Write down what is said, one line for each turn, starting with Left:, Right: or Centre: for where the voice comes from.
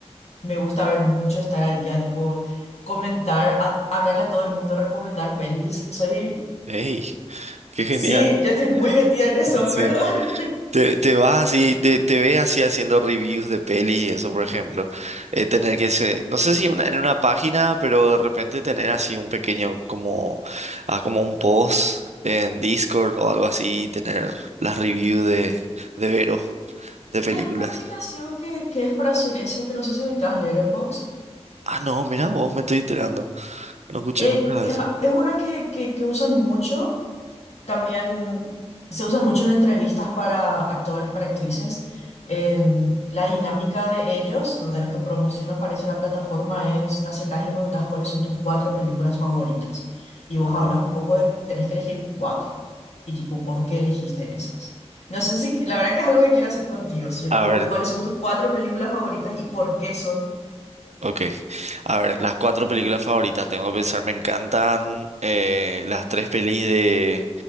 Left: Me gusta ver mucho, estar al día, tipo, comentar, a- hablarle a todo el mundo, recomendar pelis. Soy,
Right: ¡Ey! ¡Qué genial!
Left: sí, yo estoy muy metida en eso,
Right: <laughs> Sí.
Left: <laughs> perdón.
Right: Te, te vas así, te, te ves así haciendo reviews de pelis y eso, por ejemplo. Eh, tener que ser, no sé si una- en una página, pero de repente tener así un pequeño, como, ah, como un post en Discord o algo así, tener las reviews de, de Vero, de
Left: Y
Right: películas.
Left: hay una aplicación que, que es para hacer eso, que no sé si ubicás, Letterboxd.
Right: Ah, no, mira vos, me estoy enterando. No escuché
Left: Eh,
Right: nunca de
Left: es,
Right: eso.
Left: es una que, que, que usan mucho, también se usan mucho en entrevistas para actores, para actrices. En la dinámica de ellos, de los que promocionan, parece la plataforma, es te acercás y le preguntas cuáles son tus cuatro películas favoritas. Y vos
Right: Ajá.
Left: hablas un poco de, tenés que elegir cuatro. Y tipo, ¿por qué elegiste esas? No sé si, la verdad que es algo que quiero hacer contigo. Si yo
Right: A
Left: te pregunto
Right: ver.
Left: cuáles son tus cuatro películas favoritas y por qué son
Right: Ok, a ver, las cuatro películas favoritas, tengo que pensar, me encantan eh, las tres pelis de...